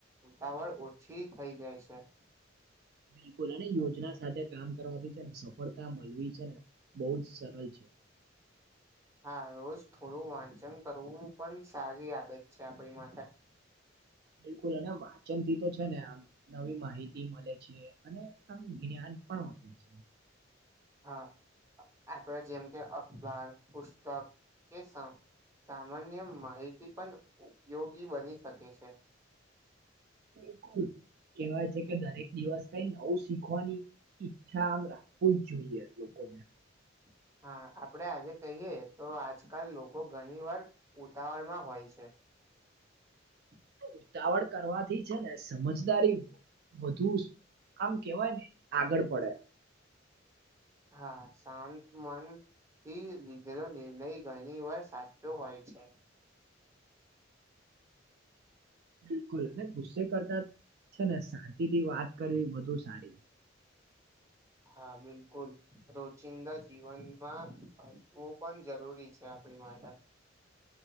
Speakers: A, on the right; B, on the right.
A: ઉતાવળ ઓછી થઈ જાય છે. <unintelligible>
B: બિલકુલ અને યોજના સાથે કામ કરવા બી છે ને સફળતા મળવી છે ને બહુ જ સરળ છે.
A: <inaudible> હા રોજ થોડું વાંચન કરવું પણ સારી આદત છે આપણી માટે. <inaudible>
B: બિલકુલ અને વાંચન થી તો છે ને આમ નવી માહિતી મળે છે અને આમ જ્ઞાન પણ મળે.
A: હા. આપડ જેમ કે અખબાર પુસ્તક કે સં સામાન્ય માહિતી પણ ઉપયોગી બની શકે છે.
B: બિલકુલ કેવાય છે કે દરેક દિવસ કઈ નવું શીખવાની ઈચ્છા આમ <inaudible> જ જોઈએ લોકો.
A: <inaudible> હા આપડે આજે કહીયએ તો આજકાલ લોકો ઘણી વાર ઉતાવળ માં હોય છે. <inaudible> <inaudible>
B: ઉતાવળ કરવાથી છે ને સમજદારી વધુ આમ કેવાય ને આગળ પડે.
A: હા શાંત મન થી લીધેલો નિર્ણય ઘણી વાર સાચો હોય છે.
B: બિલકુલ અને ગુસ્સે કરતા છે ને શાંતિ થી વાત કરવી વધુ સારી.
A: <inaudible> હા બિલકુલ રોજિંદા જીવનમાં હસવું પણ જરૂરી છે. <unintelligible>